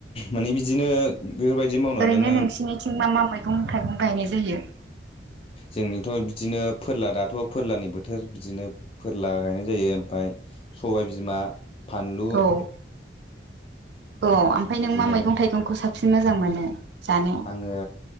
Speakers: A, on the left (about 30°); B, on the right (about 70°).
A: माने बिदिनो बेफोरबायदि मावनानैनो
B: ओरैनो नोंसिनिथिं मा मा मैगं थाइगं गायनाय जायो
A: जोंनिथ' बिदिनो फोरला दाथ' फोरलानि बोथोर बिदिनो फोरला गायनाय जायो ओमफ्राय सबाय बिमा फानलु
B: औ औ ओमफ्राय
A: बिदिनो
B: नों मा मैगं थाइगंखौ साबसिन मोजां मोनो जानो?
A: आङो